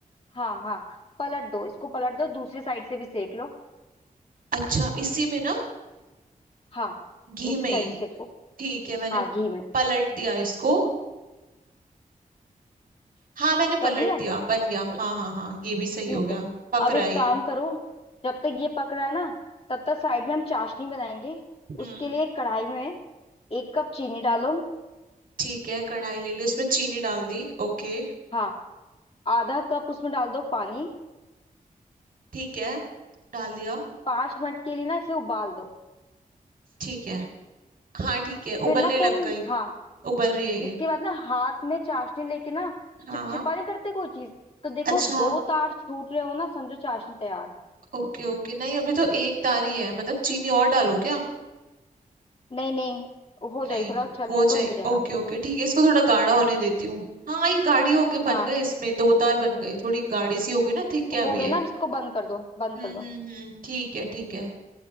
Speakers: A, on the left; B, on the right.
A: हाँ हाँ पलट दो इसको पलट दो दूसरी साइड से भी सेक लो
B: अच्छा इसी में ना
A: हाँ
B: घी
A: दूसरी
B: में
A: साइड
B: ही
A: से सेको
B: ठीक है मैंने
A: हाँ घी में
B: पलट दिया इसको हाँ मैंने
A: कर
B: पलट
A: दिया
B: दिया बन गया हाँ हाँ हाँ ये भी सही
A: ठीक
B: हो गया
A: है
B: पक
A: अब
B: रहा
A: एक
B: है
A: काम
B: ये
A: करो जब तक ये पक रहा है ना तब तक साइड में हम चाशनी बनाएंगे
B: हम्म
A: उसके लिए कढ़ाई में एक कप चीनी डालो
B: ठीक है कढ़ाई ले ली उसमें चीनी डाल दी ओके
A: हाँ आधा कप उसमें डाल दो पानी
B: ठीक है डाल दिया
A: पांच मिनट के लिए ना इसे उबाल दो
B: ठीक है हाँ ठीक है
A: फिर
B: उबलने
A: ना
B: लग
A: तुम
B: गई
A: हाँ
B: उबल रही है ये
A: इसके बाद ना हाथ में चाशनी लेके ना
B: हाँ
A: चिपचिपा नहीं करते कोई चीज तो देखो
B: अच्छा
A: दो तार छूट रहे हो ना समझो चाशनी तैयार
B: ओके ओके नहीं अभी तो एक तारी है मतलब चीनी और डालो क्या
A: नहीं नहीं हो जाएगी
B: नहीं
A: थोड़ा चलने
B: हो
A: दो
B: जाए
A: हो जाएगा
B: ओके ओके ठीक है इसको थोड़ा गाढ़ा होने देती हूँ हाँ ये गाढ़ी होके
A: हाँ
B: बन गई इसमें दो तार बन गई थोड़ी गाढ़ी सी होगी ना ठीक क्या
A: हो
B: भी
A: गए
B: है
A: ना अब इसको बंद कर दो बंद
B: हम्म
A: कर दो
B: हम्म हम्म ठीक है ठीक है